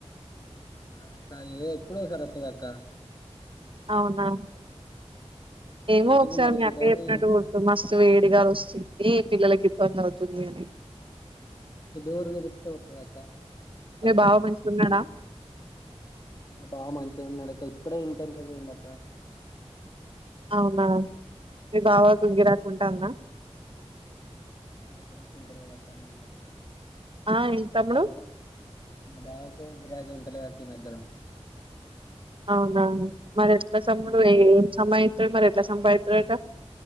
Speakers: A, on the left; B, on the right.
A: మా అక్క ఏ ఎప్పుడు సారి వాత్తదాఅక్క
B: అవునా ఏమో
A: ఇంటి
B: ఒకసారి
A: ముందర
B: మీ
A: షెటరు
B: అక్క చెప్పినట్టు గుర్తు మస్తు వేడి గాలి వస్తుంది పిల్లలకి ఇబ్బంది అవుతుంది అని
A: అది డోరు తెరిస్తే వాస్తదక్కా తలపు
B: మీ బావ మంచిగా ఉన్నాడా
A: ఆ బావ మంచిగున్నాడక్క ఇప్పుడే ఇంటేనక పోయిందక్కా
B: అవునా మీ బావ
A: ఉమ్.
B: తుంగి రాకుండా అన్నా
A: మగ నాదా కుంటా <unintelligible>
B: ఆ ఏంటి తమ్ముడు
A: మ బా గిరాకి ఉంటలేదక్క ఈ మధ్యన
B: అవునా మరి ఎట్లా <unintelligible> ఏం సమయ మరి ఎట్లా సంపాదిత్తడట